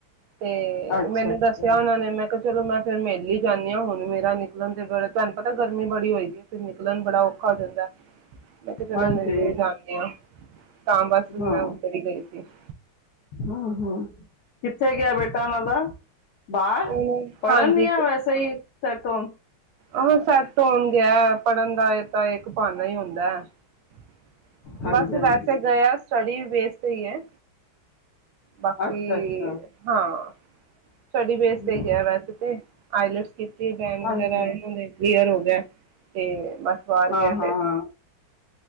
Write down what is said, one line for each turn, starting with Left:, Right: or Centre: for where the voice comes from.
Right: ਤੇ
Left: ਅੱਛਾ
Right: ਮੈਨੂੰ
Left: ਅੱਛਾ
Right: ਦੱਸਿਆ ਉਹਨਾਂ ਨੇ ਮੈਂ ਕਿਹਾ ਚਲੋ ਮੈਂ ਫਿਰ ਮੇਲ ਈ ਜਾਂਦੀ ਹਾਂ ਹੁਣ ਮੇਰਾ ਨਿਕਲਣ ਤੇ ਬ ਤੁਹਾਨੂੰ ਪਤਾ ਗਰਮੀ ਬੜੀ ਹੋਏਦੀ ਏ ਫਿਰ ਨਿਕਲਣ ਬੜਾ ਔਖਾ ਹੋ ਜਾਂਦੈ, ਮੈਂ ਕਿਹਾ ਚਲੋ
Left: ਹਾਂਜੀ
Right: ਮਿਲਦੇ ਹੀ ਜਾਂਦੇ ਹਾਂ, ਤਾਂ ਬਸ
Left: ਹਾਂ
Right: ਮੈਂ ਉੱਧਰ ਹੀ ਗਈ ਸੀ <inaudible>
Left: ਹਮ ਹਮ ਕਿੱਥੇ ਗਿਆ ਬੇਟਾ ਉਹਨਾਂ ਦਾ ਬਾਹਰ,
Right: ਉਹ
Left: ਪੜ੍ਹਨ
Right: ਹਾਂਜੀ
Left: ਯਾ ਵੈਸੇ ਹੀ ਸੈਟ ਹੋਣ
Right: ਆਹੋ ਸੈੱਟ ਹੋਣ ਗਿਆ, ਪੜ੍ਹਨ ਦਾ ਇਹ ਤਾਂ ਇਕ ਬਹਾਨਾ ਹੀ ਹੁੰਦਾ <inaudible>
Left: ਹਾਂਜੀ
Right: ਬਸ
Left: ਹਾਂਜੀ
Right: ਵੈਸੇ ਗਯਾ ਸਟਡੀ ਬੇਸ ਤੇ ਹੀ ਹੈ ਬਾਕੀ
Left: ਅੱਛਾ ਅੱਛਾ
Right: ਹਾਂ ਸਟਡੀ ਫੇਸ
Left: ਹਮ,
Right: ਤੇ ਗਿਆ ਵੈਸੇ ਤੇ। ਆਈਲੈਟਸ ਕੀਤੀ ਬੈਂਡ
Left: ਹਾਂਜੀ
Right: ਵਗੈਰਾ ਆਏ ਨੇ ਉਹਨਾਂ ਦੇ ਕਲੀਅਰ ਹੋ ਗਿਆ। ਤੇ ਬਸ ਬਾਹਰ
Left: ਹਾਂ,
Right: ਗਿਆ
Left: ਹਾਂ,
Right: ਫਿਰ
Left: ਹਾਂ।